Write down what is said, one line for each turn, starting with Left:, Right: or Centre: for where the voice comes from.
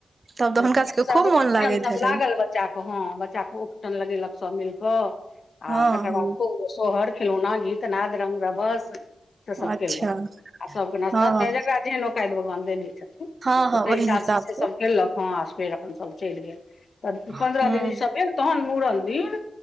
Right: तब तऽ
Left: तखने
Right: हुनका सबके
Left: सब
Right: खूब
Left: उपनेयन
Right: मोन लागैत
Left: सब
Right: हेतनि
Left: लागल रह बच्चा के ह बच्चा के उपटन लगेलक सब मिल कऽ
Right: हँ
Left: आ तकर
Right: हँ
Left: बाद खूब सोहर खिलौना गीत नाद रंग रभस। से सभ
Right: अच्छा
Left: कयेलक आ सभके नाश्ता
Right: हँ हँ
Left: चाय जकरा जेहन औकादि भगवान देने छथिन।
Right: हँ
Left: तऽ
Right: हँ
Left: ताहि
Right: ओहि
Left: हिसाबसे
Right: हिसाब
Left: से सब कयेलक हां फेर अपनसभ चलि गेल तऽ पन्द्रह
Right: हूं
Left: दिन ईसभ भेल तहन मूड़न दिन